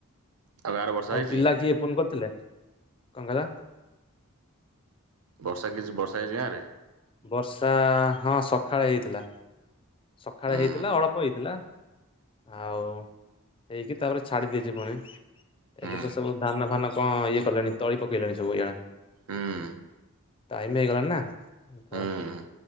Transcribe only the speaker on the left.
ଆଉ ପିଲା କିଏ ଫୋନ କରିଥିଲେ? କଣ କହିଲ?
ବର୍ଷା ହଁ ସକାଳେ ହେଇଥିଲା, ସକାଳେ
ହେଇଥିଲା, ଅଳପ ହେଇଥିଲା। ଆଉ ହେଇକି ତାପରେ ଛାଡି ଦେଇଚି ପୁଣି।
ଏଇଲେ ତ ସବୁ ଧାନଫାନ କଣ, ଇଏ କଲେଣି, ତଳି ପକେଇଲେଣି ସବୁ ଇଆଡେ।
ଟାଇମ ହେଇଗଲାଣି ନା? ତ